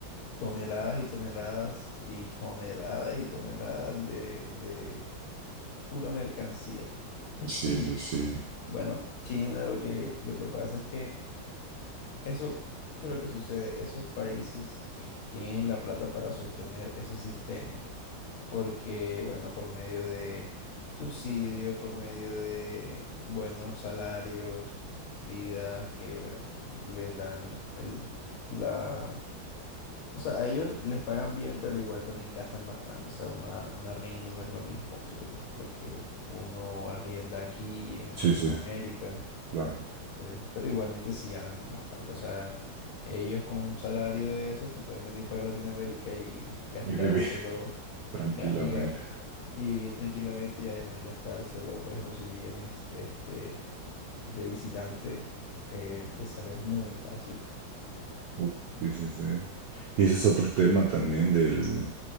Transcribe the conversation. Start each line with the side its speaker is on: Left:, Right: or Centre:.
Left: toneladas y toneladas y toneladas y toneladas de, de pura mercancía. <clears throat>
Right: Sí, sí, sí.
Left: Bueno, China lo que, lo que pasa es que eso, ¿qué es lo que sucede? Esos países tienen la plata para sostener ese sistema, porque, bueno, por medio de subsidios, por medio de buenos salarios, vidas que, bueno, les dan el, la... O sea, a ellos les pagan bien, pero igual también gastan bastante. O sea, una, un arriendo no es lo mismo que lo que uno arrienda aquí en
Right: Sí,
Left: Latinoamérica.
Right: sí, claro.
Left: Sí, pero igualmente sí ganan bastante. O sea, ellos con un salario de eso se pueden venir para Latinoamérica y gastárselo
Right: Y vive <laughs> tranquilamente.
Left: ga- y, ga- y vivir tranquilamente y además gastárselo. Por ejemplo, si vienes este, de visitante, eh, te sale muy fácil
Right: Uh, Sí, sí, sí. Y ese es otro tema también del,